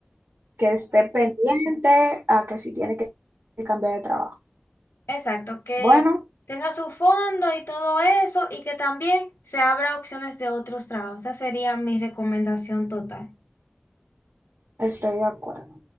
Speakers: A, on the right (about 70°); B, on the left (about 75°).
A: Que esté pendiente a que si tiene que cambiar de trabajo.
B: Exacto, que
A: Bueno.
B: tenga su fondo y todo eso y que también se abra opciones de otros trabajos. Esa sería mi recomendación total.
A: Estoy de acuerdo.